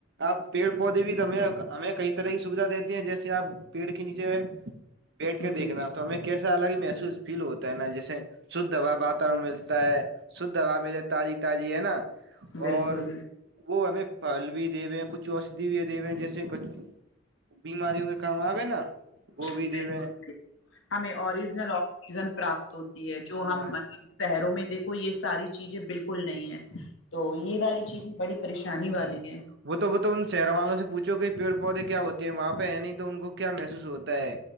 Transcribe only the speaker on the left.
جی
بالکل
بالکل
بالکل
ہمیں اوریجنل آکسیجن پراپت ہوتی ہے
جو ہم شہروں میں دیکھو یہ ساری چیزیں بالکل نہیں ہے تو یہ والی چیز بڑی پریشانی والی ہے